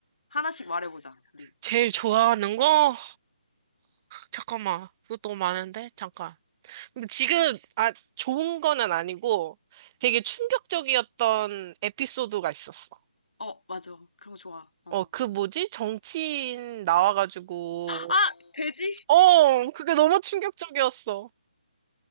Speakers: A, on the left; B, on the right.
A: 하나씩 말해보자, 우리.
B: 제일 좋아하는 거? 잠깐만. 그것도 많은데? 잠깐. 근데 지금, 아, 좋은 거는 아니고 되게 충격적이었던 에피소드가 있었어.
A: 어, 맞아. 그런 거 좋아. 어.
B: 어, 그 뭐지? 정치인 나와가지고.
A: 아, 돼지?
B: 어, 그게 너무 충격적이었어.